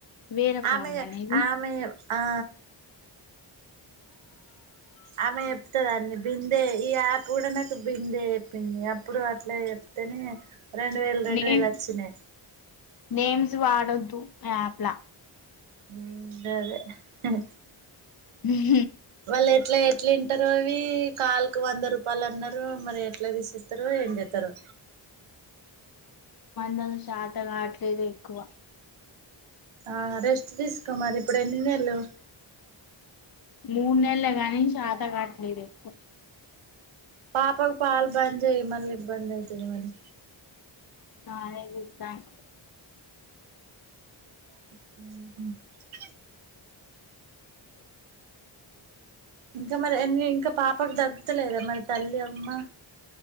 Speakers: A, on the left; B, on the right.
A: వేరే
B: ఆమె
A: ఫోన్ల నీది
B: ఆమె ఆ ఆమె చెప్తది అన్ని బిందే ఈ యాప్ కూడ నాకు బిందే చెప్పింది అప్పుడు అట్లా చెప్తేనే రెండు వేలు రెండు
A: నేమ్
B: వేలు వచ్చినాయి
A: నేమ్స్ వాడొద్దు యాప్ల
B: ఊ గదే ఉ
A: హుం
B: వాళ్లు ఎట్లా చె ఎట్లా వింటారో ఇవి కాల్ కు వంద రూపాయలు అన్నారు మరి ఎట్లా తీసేస్తారో ఏం చేస్తారో
A: నాన్ షాద్ తాకావట్లేదు ఎక్కువ
B: ఆ రెస్ట్ తీసుకో మరి ఇప్పుడు ఎన్నినెల్లు
A: మూనెల్లే గానీ చాతకాట్లేదే ఎక్కువ
B: పాపకు పాల్ బంద్ జేయ్ మల్ల ఇబ్బంది అయితుంది మరి
A: ఆ ఏ చేతారు
B: ఆహా ఇంకా మరి అన్ని ఇంక పాప్ అప్పుడు తగ్గతలేదా మరి తల్లి అమ్మ